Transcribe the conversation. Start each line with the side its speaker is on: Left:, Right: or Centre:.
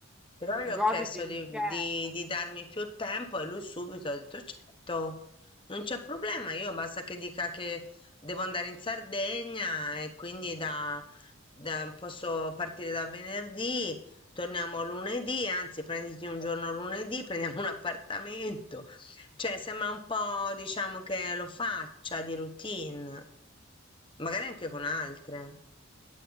Left: Però gli
Centre: Goditi
Left: ho chiesto
Centre: il
Left: di,
Centre: weekend.
Left: di- di darmi più tempo e lui subito ha detto certo, non c'è problema, io basta che dica che devo andare in Sardegna e quindi da, da- posso partire da venerdì, torniamo lunedì, anzi prenditi un giorno lunedì, prendiamo un appartamento. Cioè sembra un po' diciamo che lo faccia di routine, magari anche con altre.